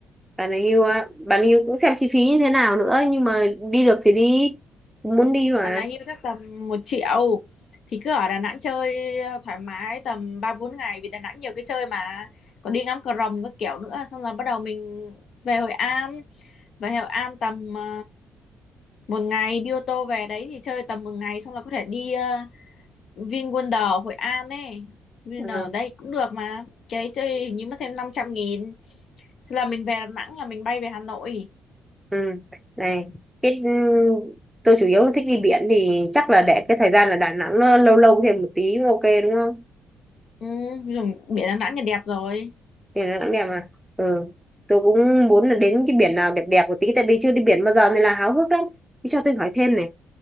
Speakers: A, in the centre; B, on the left (about 65°).
A: bạn ấy yêu á bạn ấy yêu cũng xem chi phí như thế nào nữa nhưng mà đi được thì đi cũng muốn đi mà
B: bạn ấy hưu chắc tầm một triệu thì cứ ở Đà Nẵng chơi ờ, thoải mái tầm ba bốn ngày vì Đà Nẵng nhiều cái chơi mà còn đi ngắm cờ rồng các kiểu nữa xong là bắt đầu mình về Hội An về Hội An tầm ờ, một ngày đi ô tô về đấy thì chơi tầm một ngày xong là có thể đi uh, VinWonder Hội An ấy VinWonder
A: ừ.
B: đây cũng được mà cái đấy chơi hình như mất thêm năm trăm nghìn Xong là mình về Đà Nẵng là mình bay về Hà Nội.
A: ừ. này cái ừ, tôi chủ yếu là thích đi biển thì chắc là để cái thời gian là Đà Nẵng nó lâu lâu thêm một tí cũng ok đúng không
B: Ừ, rồi biển Đà Nẵng là đẹp rồi.
A: thì Đà Nẵng đẹp mà ừ. tôi cũng muốn là đến cái biển nào đẹp đẹp một tí tại vì chưa đi biển bao giờ nên là háo hức lắm Thế cho tôi hỏi thêm này